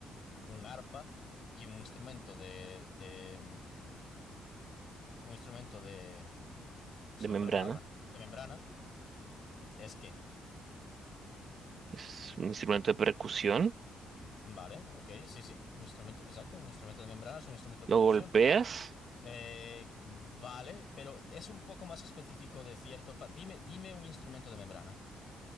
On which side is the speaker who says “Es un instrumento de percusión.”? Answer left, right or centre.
Right